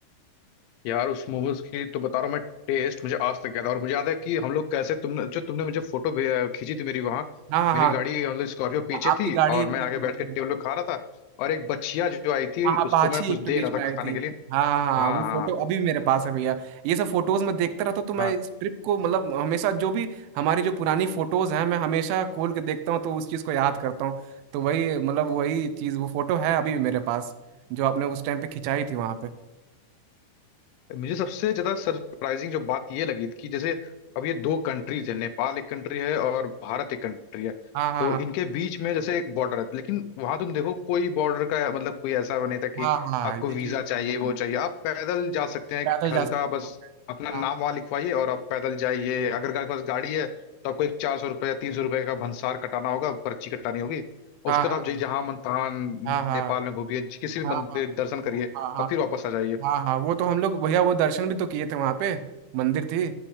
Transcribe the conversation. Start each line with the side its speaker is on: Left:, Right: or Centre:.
Left: यार उस मोमोज की तो बता रहा हूँ मैं टेस्ट मुझे आज तक याद है और मुझे याद है कि हम लोग कैसे तुमने जो तुमने मुझे फोटो खींची थी मेरी वहां
Right: हाँ हाँ
Left: मेरी गाड़ी मतलब स्कॉर्पियो पीछे
Right: हाँ आपकी
Left: थी
Right: गाड़ी
Left: और
Right: आपकी
Left: मैं आगे बैठ
Right: गाड़ी
Left: कर टेबल
Right: हाँ।
Left: पे खा रहा था और एक बच्चिया जो आई थी
Right: हाँ हाँ
Left: उसको
Right: बाछी
Left: मैं कुछ
Right: एक तो
Left: दे
Right: बीच
Left: रहा
Right: में
Left: था
Right: आई
Left: खाने
Right: थी
Left: के लिए
Right: हाँ हाँ हाँ
Left: हाँ
Right: वो
Left: हाँ
Right: फोटो अभी भी मेरे पास है भैया ये सब फोटोज मैं देखता रहता हूँ तो मैं
Left: हाँ
Right: इस ट्रिप को मतलब हमेशा जो भी हमारी जो पुरानी फोटोज हैं मैं हमेशा खोल के देखता हूँ तो उस चीज़ को याद करता हूँ तो वही मतलब वही चीज़ वो फोटो है अभी भी मेरे पास जो आपने उस टाइम पे खिंचाई थी वहाँ पे
Left: मुझे सबसे ज्यादा सरप्राइजिंग जो बात ये लगी कि जैसे अब ये दो कंट्रीज है नेपाल एक कंट्री है और भारत एक कंट्री है
Right: हाँ हाँ
Left: तो इनके बीच में जैसे एक बॉर्डर है लेकिन वहां तुम देखो कोई बॉर्डर का मतलब कोई ऐसा वो नहीं था कि
Right: हाँ हाँ हाँ,
Left: आपको
Right: ये
Left: वीजा
Right: चीज़
Left: चाहिए वो चाहिए आप पैदल जा सकते हैं एक
Right: पैदल जा
Left: हल्का
Right: सकते
Left: बस
Right: हो
Left: अपना
Right: वहाँ
Left: नाम वहां लिखवाइए और आप पैदल जाइए अगर आपके पास गाड़ी है तो आपको एक चार सौ रुपये या तीन सौ रुपये का भंसार कटाना होगा पर्ची कटानी होगी और
Right: पे
Left: उसके
Right: हाँ हाँ
Left: बाद आप जहाँ मन तहाँ नेपाल
Right: हाँ हाँ
Left: में घूमिए किसी भी
Right: हाँ
Left: मंदिर
Right: हाँ हाँ
Left: दर्शन करिए
Right: हाँ हाँ
Left: और फिर वापस आ जाइए
Right: हाँ हाँ हाँ, वो तो हम लोग भैया वो दर्शन भी तो किए थे वहाँ पे मंदिर थी